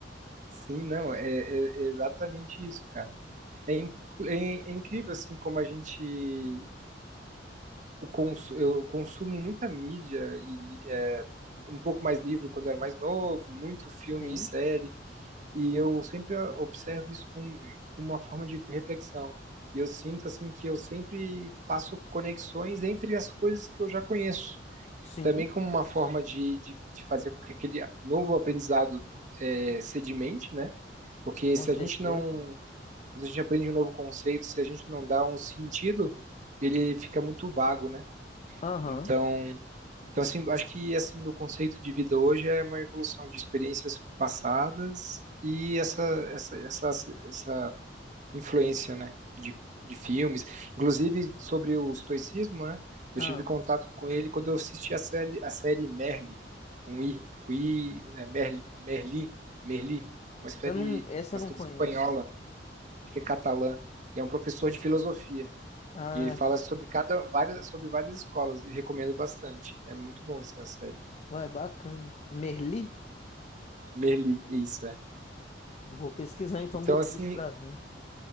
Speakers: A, on the right (about 40°); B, on the left (about 35°).
A: Sim, não, é, é- é exatamente isso, cara. É, in- é- é incrível, assim, como a gente o cons- eu consumo muita mídia e li- é, um pouco mais livro quando eu era mais novo, muito filme
B: Sim,
A: e série, e eu sempre ah, observo isso com, com uma forma de reflexão. E eu sinto assim que eu sempre faço conexões entre as coisas que eu já conheço,
B: sim,
A: também como uma forma de, de, de fazer com que aquele novo aprendizado é, sedimente, né? Porque
B: com
A: se
B: certeza.
A: a gente não, quando a gente aprende um novo conceito, se a gente não dá um sentido, ele fica muito vago, né?
B: Aham,
A: Então, então assim, acho que esse meu conceito de vida hoje é uma evolução de experiências passadas e
B: sim.
A: essa essa essa, essa influência, né, de, de filmes, inclusive sobre o estoicismo, né? Eu
B: Ah,
A: tive contato com ele quando eu assisti a série a série Merli, um i, com i, né, Merli, Merli, Merli, uma série
B: eu não, essa
A: uma
B: eu não
A: série
B: conheço.
A: espanhola, acho que é catalã, e é um professor de filosofia.
B: Ah,
A: E ele fala
B: sim.
A: sobre cada várias sobre várias escolas e recomendo bastante. É muito bom essa série.
B: ué, bacana. Merli?
A: Merli, isso é.
B: Vou pesquisar então
A: Então
B: depois
A: assim,
B: pra ver. O